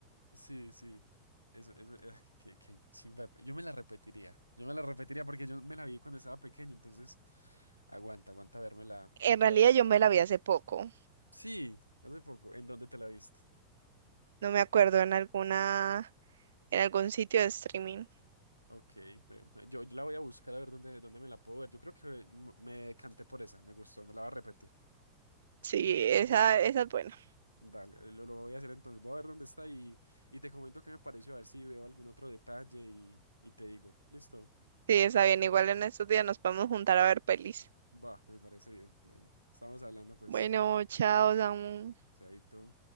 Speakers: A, on the left; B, on the right.
A: sí, sí. Eso, eso, eh, qué, qué chimba. Yo me la repetiría. Yo me la repetiría porque yo me la vi cuando estaba pequeño, entonces aguanta, aguanta vérmela
B: En
A: otra
B: realidad
A: vez.
B: yo me la vi hace poco.
A: Sí, hace poco. ¿En dónde te la viste?
B: No me acuerdo en alguna, en algún sitio de streaming.
A: Ok, me- me- yo, yo la voy a buscar a ver dónde, dónde me la puedo ver. Yo creo que me, me decanté por esa, me gustó, me la va a repetir.
B: Sí, esa,
A: Sí,
B: esa es buena.
A: dale, lo, lo voy a hacer entonces. Voy a ver dónde está y, y te comento qué me pareció, a ver si veo algún otro detalle y, y te digo. ¿Listo?
B: Sí, esa bien. Igual en estos días nos podemos juntar a ver pelis.
A: Va, me parece bien. Bueno, estamos hablando pues,
B: Bueno, chao, Samu.
A: chaito.